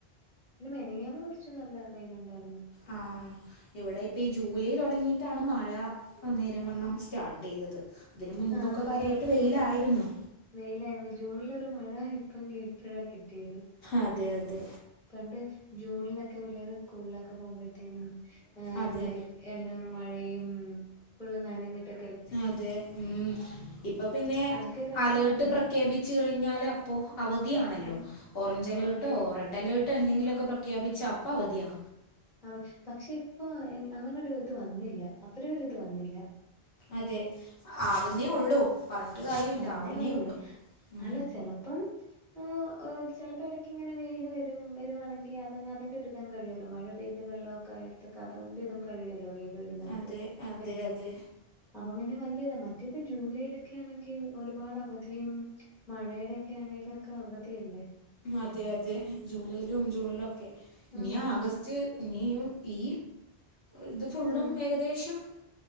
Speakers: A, in the centre; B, on the left.
A: പിന്നെ മെനഞ്ഞാന്ന് കൊറച്ചു നല്ല വെയിലുണ്ടാര്ന്നു
B: ആഹ് ഇവിടെ ഇപ്പ ഈ ജൂലൈ തുടങ്ങി ട്ടാണ് മഴ നേരെമണ്ണം സ്റ്റാർട്ടെയ്തത് ഇതിന് മുൻപൊക്കെ
A: ആഹ്
B: കാര്യായിട്ട്
A: സത്യം
B: വെയിലായിരുന്നു
A: വെയിലായിരുന്നു ജൂണിലൊരു മഴ ഇപ്പങ്കി ഇപ്പോഴാ കിട്ടിയത്.
B: അതെ അതെ
A: പണ്ട് ജൂണിലൊക്കെ പിള്ളേര് സ്കൂളിലൊക്കെ പോവുമ്പൊഴ്‌ത്തേനും ഏഹ്
B: അതെ
A: എന്തായി എല്ലാം മഴയും ഫുള്ളും നനഞ്ഞിട്ട്
B: അതെ ഉം ഇപ്പൊ പിന്നെ
A: അതൊക്കെ രസായിരുന്നു
B: അലേർട്ട് പ്രഖ്യാപിച്ച് കഴിഞ്ഞാല് അപ്പോ അവധിയാണല്ലോ.
A: ആഹ്
B: ഓറഞ്ച് അലേർട്ടോ
A: അവധിയാ
B: റെഡ് അലേർട്ടോ എന്തെങ്കിലൊക്കെ
A: ആഹ്
B: പ്രഖ്യാപിച്ചാ അപ്പ അവധിയാ
A: അവ പക്ഷെ ഇപ്പൊ അങ്ങനൊരു ഇത് വന്നില്ല അത്രയൊരിത് വന്നില്ല
B: അതെ ആവുന്നേയൊള്ളൂ
A: ഉം
B: പറഞ്ഞിട്ട് കാര്യവില്ല
A: ആവുന്നേ
B: ആവുന്നേയുള്ളു
A: ഉള്ളൂ
B: ഉം
A: അല്ല ചെലപ്പം ആഹ് എഹ് ചിലപ്പോ ഇടയ്ക്ക് ഇങ്ങനെ വെയില് വരും വരുവാണെങ്കിൽ അതങ്ങ് അതിന്റെ ഒരിതങ്ങ് കഴിയുവല്ലോ. മഴ പെയ്ത് വെള്ളവൊക്കെ ആയട്ത്തൊക്കെ അതന്റെ ഇതും കഴിയുവല്ലോ വെയ്ല് വരു രുന്നടത്ത്
B: അതെ അതെ
A: വരുമ്പോ
B: അതെ
A: അപ്പ പിന്നെ വല്യതാ മ മറ്റേത് ജൂലൈയിലൊക്കെ യാണെങ്കിൽ ഒരുപാട് അവധിയും മഴേടെയൊക്കെ ആണേലൊക്കെ അവധിയല്ലേ
B: അതെ അതെ ജൂലൈയിലും ജൂണിലൊക്കെ ഇനി
A: ആഹ്
B: ആഗസ്റ്റ് ഇനിയും ഈ ഇത് ഫുള്ളും
A: ആഹ്
B: ഏകദേശം